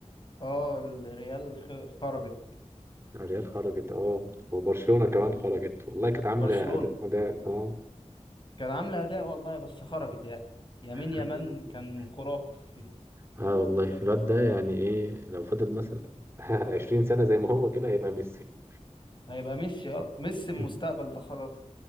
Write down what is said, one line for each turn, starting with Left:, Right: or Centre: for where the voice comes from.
Left: اه الريال خ- خرجت
Right: الريال خرجت اه وبرشلونة كمان خرجت والله كانت عاملة
Left: برشلونه
Right: أداء أداء اه
Left: كان عامله اداء والله بس خرجت يعني يمين يمان
Right: <laughs>
Left: كان خرافي
Right: اه والله الواد ده يعني ايه لو فضل مثلا <laughs> 20 سنة زي ما هو كده هيبقى ميسي
Left: هيبقى ميسي اه ميسي المستقبل
Right: <laughs>
Left: ده خلاص